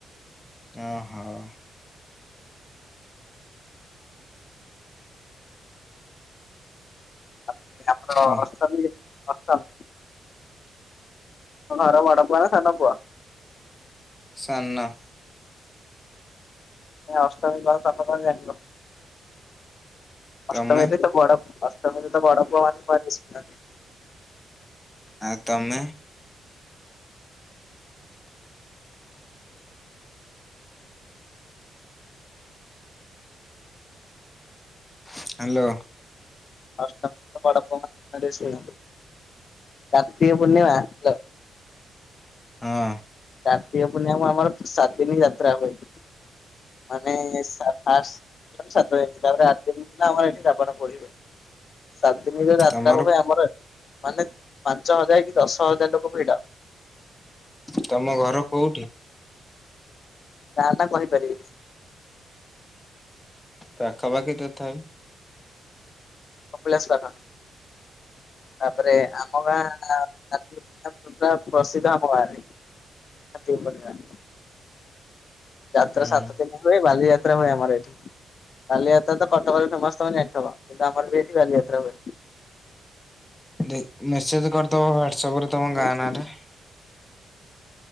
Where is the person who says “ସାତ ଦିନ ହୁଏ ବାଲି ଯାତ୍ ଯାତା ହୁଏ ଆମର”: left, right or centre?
Left